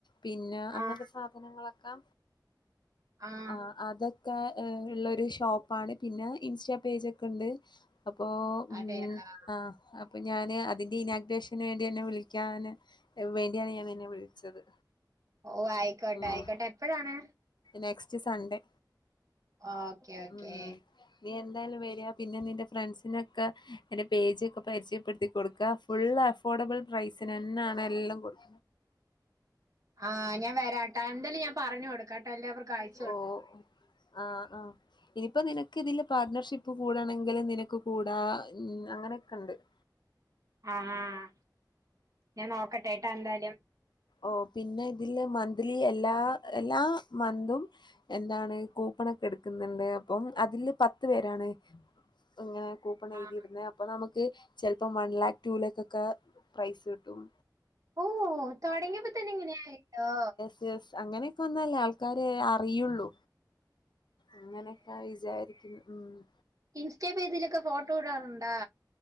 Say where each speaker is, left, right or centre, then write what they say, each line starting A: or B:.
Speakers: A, on the left; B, on the right.
A: പിന്നെ അങ്ങൻത്തെ
B: ആഹ്
A: സാധനങ്ങളൊക്കെ
B: ആഹ്
A: ആ അത ക്കള്ള ഒരു ഷോപ്പാണ് പിന്നെ ഇൻസ്റ്റാ പേജൊക്കണ്ട് അപ്പോ ഉം
B: അതെ ആഹ്
A: ആ അപ്പൊ ഞാന് അതിന്റെ ഇനാഗ്രേഷന് വേണ്ടി അന്നെ വിളിക്യാന് വേണ്ടിയാണ് ഞാൻ നിന്നെ വിളിച്ചത്
B: ഓ ആയിക്കോട്ടെ
A: ഉം
B: ആയിക്കോട്ടെ എപ്പഴാണ്
A: നെക്സ്റ്റ് സൺഡേ
B: ആഹ് ഓക്കെ ഓക്കേ.
A: ഉം നീ എന്തായാലും വരാ പിന്നെ നിന്റെ ഫ്രണ്ട്സിനൊക്കെ എന്റെ പേജ് ഒക്കെ പരിചയപ്പെട്ത്തി കൊട്ക്ക. ഫുള്ളഫോർഡബ്ൾ പ്രൈസ്നെന്നാണെല്ലോം കൊട്
B: ആഹ് ഞാ വരാട്ടാ. എന്താലും ഞാ പറഞ്ഞൊട്ക്കാട്ടോ എല്ലാവർക്കും അയ-
A: ഓഹ്, ആഹ്, ആഹ്. ഇനിപ്പൊ നിനക്കിതില് പാർട്ണർഷിപ്പ് കൂടണെങ്കില് നിനക്ക് കൂടാ അങ്ങനെക്കെണ്ട്. <inaudible>
B: ആഹ്. ഞാം നോക്കട്ടെട്ടോ എന്തായാലും.
A: ഓഹ് പിന്നെ ഇതില് മന്ത്ലി എല്ലാ എല്ലാ മന്തും. എന്താണ് കൂപ്പണൊക്കെ എട്ക്ക്ന്ന്ണ്ട് അപ്പം അതില് പത്ത് പേരാണ്. അങ്ങനെ കൂപ്പണെഴുതിടുന്നെയാ?
B: ആഹ്
A: അപ്പൊ നമുക്ക് ചെല്പ്പോ വൺ ലാക്ക്, ടു ലാക്കൊക്കെ പ്രൈസ് കിട്ടും.
B: ഓഹ് തൊടങ്ങ്യപ്പൊത്ത്ന് ഇങ്ങനെയായല്ലോ.
A: സ് അങ്ങനെക്കൊന്നല്ലെ ആൾക്കാര് അറിയൊള്ളു. അങ്ങനെക്ക വിചാരിക്കുന്നു. മ്മ്.
B: ഇൻസ്റ്റെ പേജിലൊക്കെ ഫോട്ടോ ഇടാറുണ്ടാ?